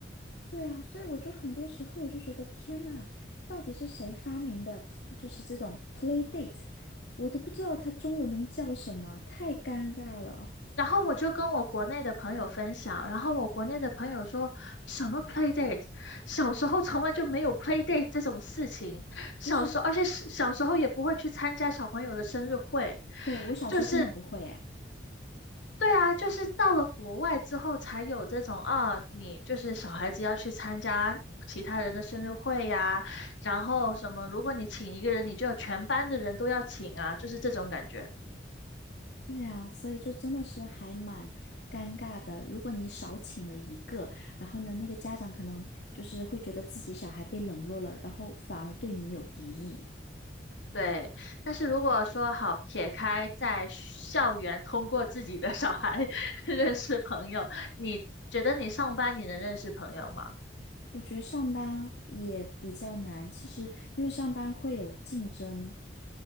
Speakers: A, on the left; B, on the left.
A: 对啊，所以我就很多时候我就觉得天呐，到底是谁发明的？就是这种 play date，我都不知道它中文能叫什么，太尴尬了。
B: 然后我就跟我国内的朋友分享，然后我国内的朋友说什么 play date，小时候从来就没有 play date 这种事情，小时候而且是小时候也不会去参加小朋友的生日会，
A: 就是，对，我小时候真的不会哎。
B: 就是对啊，就是到了国外之后才有这种啊，你就是小孩子要去参加。其他人的生日会呀、然后什么，如果你请一个人，你就要全班的人都要请啊，就是这种感觉。
A: 对啊，所以就真的是还蛮尴尬的。如果你少请了一个，然后呢，那个家长可能就是会觉得自己小孩被冷落了，然后反而对你有敌意。
B: 对，但是如果说好撇开在校园通过自己的小孩 <laughs> 认识朋友，你觉得你上班你能认识朋友吗？
A: 我觉得上班也比较难，其实因为上班会有竞争。